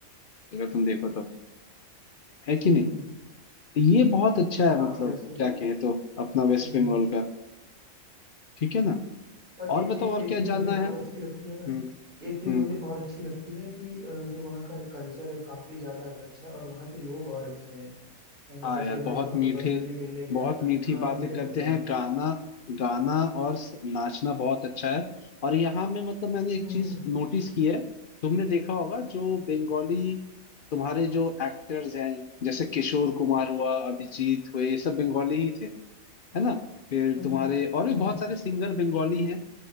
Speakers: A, on the left; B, on the right.
A: अगर तुम देखो तो है कि
B: हम्म
A: नहीं
B: हम्म,
A: तो ये बहुत अच्छा है
B: हाँ
A: मतलब
B: जैसे
A: क्या कहे तो अपना वेस्ट
B: हम्म
A: बंगाल का ठीक है ना
B: पर
A: और
B: एक
A: बताओ
B: चीज
A: और
B: एक
A: क्या
B: चीज
A: जानना
B: मुझे और
A: है
B: अच्छी लगती
A: हम्म
B: है ना एक चीज
A: हम्म
B: मुझे और अच्छी लगती है कि अ, जो वहाँ का कल्चर है काफी ज्यादा अच्छा है और वहाँ के लोग और अच्छे हैं
A: हाँ
B: अ, जैसे
A: यार बहुत
B: मैं वहाँ
A: मीठे
B: पे पर्सनली मिलने
A: बहुत
B: गया था
A: मीठी
B: हाँ
A: बातें
B: मीठे लोग
A: करते
B: हैं
A: हैं
B: वहाँ के
A: गाना गाना और स- नाचना बहुत अच्छा है और यहाँ में मतलब मैंने एक
B: हम्म
A: चीज
B: हम्म
A: नोटिस की है तुमने देखा होगा जो बंगाली तुम्हारे जो एक्टर्स हैं जैसे किशोर कुमार हुआ अभिजीत हुए ये सब बंगाली ही थे है ना फिर
B: हम्म
A: तुम्हारे
B: हम्म
A: और
B: हम्म,
A: भी बहुत
B: हम्म।
A: सारे सिंगर बंगाली हैं